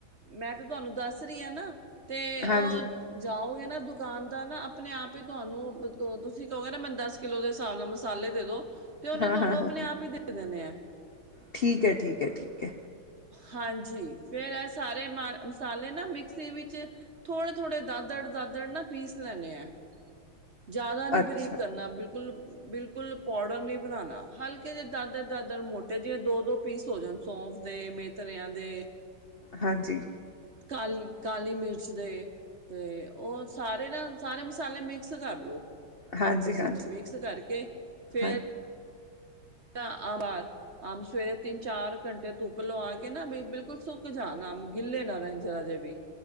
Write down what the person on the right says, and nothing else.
ਮੈਂ ਤਾਂ ਤੁਹਾਨੂੰ ਦੱਸ ਰਹੀ ਹਾਂ ਨਾ ਤੇ ਉਹ
ਜਾਓਗੇ ਨਾ ਦੁਕਾਨਦਾਰ ਨਾ ਆਪਣੇ ਆਪ ਹੀ ਤੁਹਾਨੂੰ ਤੁਸੀਂ ਕਹੋਗੇ ਨਾ ਮੈਨੂੰ ਦੱਸ ਕੇ ਕਿੱਲੋ ਦੇ ਹਿਸਾਬ ਨਾਲ ਮਸਾਲੇ ਦੇ ਦੋ ਤੇ ਉਹਨੇ
ਤੁਹਾਨੂੰ
ਆਪਣੇ
ਆਪ ਹੀ ਦੇ ਦੇਣੇ ਐ।
ਹਾਂਜੀ ਫੇਰ ਸਾਰੇ ਮਾ ਮਸਾਲੇ ਨਾ ਮਿਕਸੀ ਵਿੱਚ ਥੋੜੇ-ਥੋੜੇ ਨਾ ਦਾਦੜ-ਦਾਦੜ ਨਾ ਪੀਸ ਲੈਣੇ ਐਂ। ਜ਼ਿਆਦਾ ਨੀ
ਬਰੀਕ ਕਰਨਾ ਬਿਲਕੁੱਲ-ਬਿਲਕੁੱਲ। ਕੁਲ ਪਾਡਰ ਨੀ ਬਣਾਣਾ ਹਲਕੇ ਜੇ ਦਾਦਰ ਦਾਦਰ ਮੋਟੇ ਜਿਵੇਂ ਦੋ-ਦੋ ਪੀਸ ਹੋ ਜਾਣ ਸੌਂਫ ਦੇ ਮੇ ਥਰਿਆਂ ਦੇ
ਕਾਲੀ ਕਾਲੀ ਮਿਰਚ ਦੇ ਤੇ ਉਹ ਸਾਰੇ ਨਾ ਸਾਰੇ ਮਸਾਲੇ ਮਿਕ- ਸ ਕਰਲੋ
ਆਪਸ
ਵਿੱਚ ਮਿਕਸ ਕਰਕੇ ਫੇਰ
ਆ ਬਾਰ ਆਮ ਸਵੇਰੇ ਤਿੰਨ-ਚਾਰ ਘੰਟੇ ਧੁੱਪ ਲਵਾ ਕੇ ਨਾ ਬਿਲਕੁਲ ਸੁੱਕ ਜਾਣ ਅੰਮ ਗਿੱਲੇ ਨਾ ਰਹਿਣ ਜਰਾ ਜੇ ਵੀ।